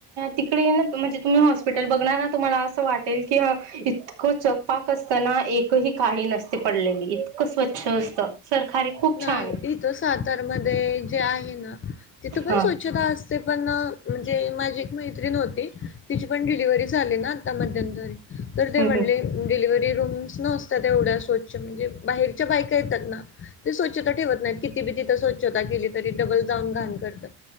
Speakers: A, on the right (about 80°); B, on the left (about 30°).
A: तिकडे ना म्हणजे तुम्ही हॉस्पिटल बघणार तुम्हाला असं वाटेल की इतकं चकपाक असताना एकही काडी नसते पडलेली इतकं स्वच्छ असतं सरकारी खूप
B: नाही
A: छान आहे
B: इथं सातारमध्ये जे आहे ना तिथं पण
A: हा
B: स्वच्छता असते ते पण म्हणजे माझी एक मैत्रीण होती तिची पण डिलिव्हरी झाली ना आता मध्यंतरी तर ते
A: हम्म
B: म्हटले
A: हम्म
B: डिलिवर्ही रूम्स न असतात एवढ्या स्वच्छ म्हणजे बाहेरच्या बायका येतात ना ते स्वचछता ठेवत नाहीत किती बी तिथं स्व्छता केली तर ती डबल जाऊन घाण करता